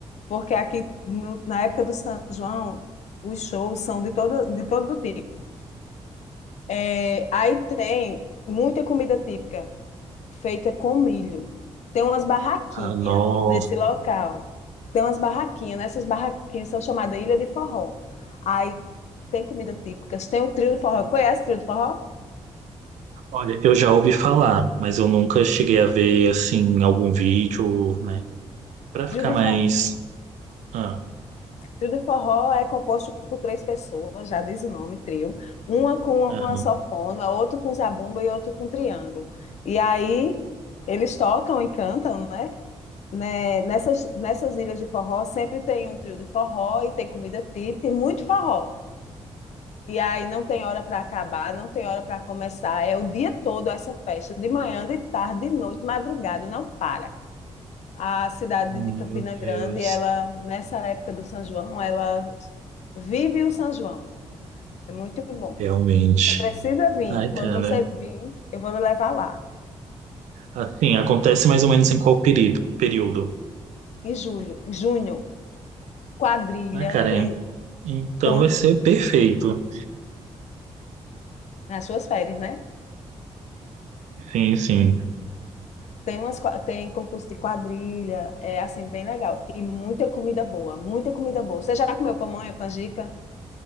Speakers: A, on the left (about 75°); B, on the right (about 85°).
A: porque aqui, no- na época do São João, os shows são de todo, de todo tipo. É, aí tem muita comida típica, feita com milho. Tem umas barraquinhas
B: Ah, nossa.
A: nesse local. Tem umas barraquinhas, né? Essas barraquinhas são chamadas Ilha de Forró. Aí tem comida típica, tem o trio de forró. Conhece o trio de forró?
B: Olha, eu já ouvi falar, mas eu nunca cheguei a ver, assim, algum vídeo, né? Pra ficar
A: Trio de
B: mais.
A: forró.
B: Ah,
A: Trio de forró é composto por três pessoas, já diz o nome, trio. Uma com
B: aham.
A: uma sanfona, outra com zabumba e outra com triângulo. E aí eles tocam e cantam, né? né, nessas, nessas ilhas de forró sempre tem um trio de forró e tem comida típica e muito forró. E aí não tem hora para acabar, não tem hora para começar. É o dia todo essa festa, de manhã, de tarde, de noite, madrugada, não para. A cidade
B: Meu
A: de Campina Grande,
B: Deus.
A: ela nessa época do São João, ela vive o São João. É muito bom.
B: Realmente.
A: Você precisa vir.
B: Ai, cara.
A: Quando você vir, eu vou lhe levar lá.
B: Assim, acontece mais ou menos em qual período? Período?
A: Em julho, em junho, quadrilha,
B: Ah, cara,
A: tem,
B: Então
A: tem uma,
B: vai
A: co-
B: ser perfeito.
A: nas suas férias, né?
B: Sim, sim.
A: Tem umas, qua- tem concurso de quadrilha, é assim, bem legal. E muita comida boa, muita comida boa. Você já comeu pamonha, canjica?